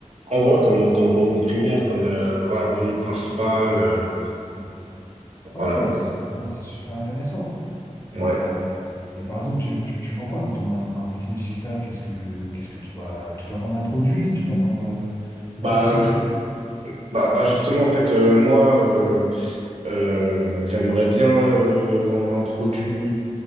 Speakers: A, on the right; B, on the left.
A: Ah, voilà, comme
B: Quoi.
A: comme revenu primaire, comme euh, voilà revenu principal, euh,
B: Ouais. Ok,
A: voilà.
B: bah, c'est ouais, c'est super intéressant. Et,
A: Ouais.
B: euh, et par exemple, tu, tu, tu vends quoi dans ton ma- marketing digital? Qu'est-ce que qu'est-ce que tu dois tu dois vendre un produit, tu dois vendre euh, une
A: Bah
B: prestation de
A: juste
B: service.
A: bah, bah justement en fait euh, moi euh, euh, j'aimerais bien euh, vendre un produit